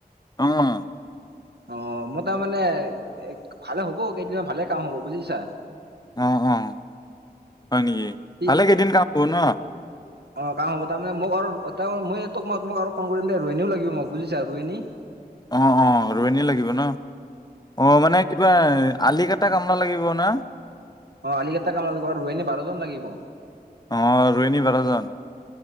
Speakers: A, on the left; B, on the right.
A: অ অ
B: অঁহ', মই তাৰমানে, এ ভালে হ'ব কেইদিনমান ভালে কাম হব বুজিছা!
A: অ', -অ', -হয় নেকি!
B: সি
A: ভালে কেইদিন কাম হ'ব ন!
B: অ', কাম হ'ব তাৰ মানে মোক আৰু ত মই তোক মই তোমাক আৰু ফোন কৰিম দে ৰোৱনীও লাগিব মোক বুজিছা ৰোৱনী!
A: অ', -অ', ৰোৱনী লাগিব ন! অ', মানে কিবা আলি কেইটা কামলা লাগিব না?
B: অঁহ', আলিকটা কামলা লাগিব আৰু ৰোৱনী বাৰজন লাগিব।
A: অ', ৰোৱনী বাৰজন।